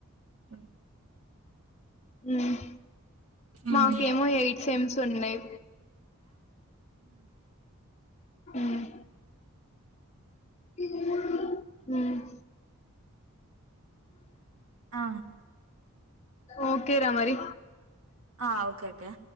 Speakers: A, on the right; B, on the left.
A: మ్
B: ఉమ్
A: మ్మ్
B: మాకేమో ఎయిట్ సేమ్స్ ఉన్నాయి మ్ మ్
A: అ
B: ఓకే రా మరి
A: ఆ ఓకే అక్కయ